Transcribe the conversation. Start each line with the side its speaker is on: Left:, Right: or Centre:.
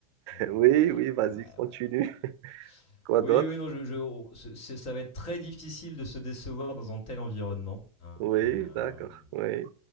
Left: Ouais,
Right: Oui, oui, vas-y,
Left: ouais, ouais,
Right: continue.
Left: ouais, ouais.
Right: Quoi
Left: Oui,
Right: d'autre?
Left: oui, non, je je on c'est c'est ça va être très difficile de se décevoir dans un tel environnement, hein.
Right: Oui,
Left: Hem,
Right: d'accord. Oui,